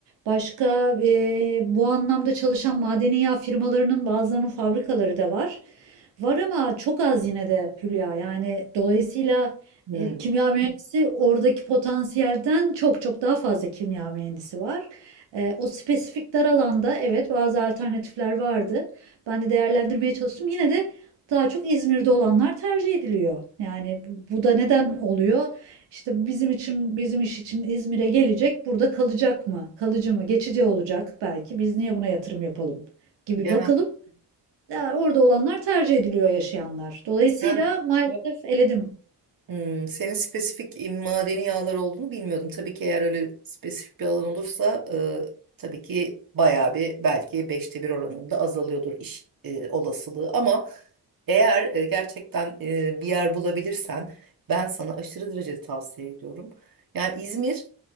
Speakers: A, on the right (about 85°); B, on the right (about 55°).
A: başka ee, bu anlamda çalışan madeni yağ firmalarının bazılarının fabrikaları da var. Var ama çok az yine de Hülya. Yani dolayısıyla
B: Hmm.
A: e, kimya mühendisi oradaki potansiyelden çok çok daha fazla kimya mühendisi var. E, o spesifik dar alanda evet bazı alternatifler vardı. Ben de değerlendirmeye çalıştım. Yine de daha çok İzmir'de olanlar tercih ediliyor. Yani bu da neden oluyor? İşte bizim için, bizim iş için İzmir'e gelecek, burada kalacak mı? Kalıcı mı? Geçici olacak belki. Biz niye buna yatırım yapalım gibi
B: Ya
A: bakılıp ya orada olanlar tercih ediliyor yaşayanlar. Dolayısıyla
B: sen
A: maalesef eledim.
B: Hmm, senin spesifik e, madeni yağlar olduğunu bilmiyordum. Tabii ki eğer öyle spesifik bir alan olursa e, tabii ki bayağı bir belki beşte bir oranında azalıyordur iş e, olasılığı. Ama eğer e, gerçekten e, bir yer bulabilirsen ben sana aşırı derecede tavsiye ediyorum. Yani İzmir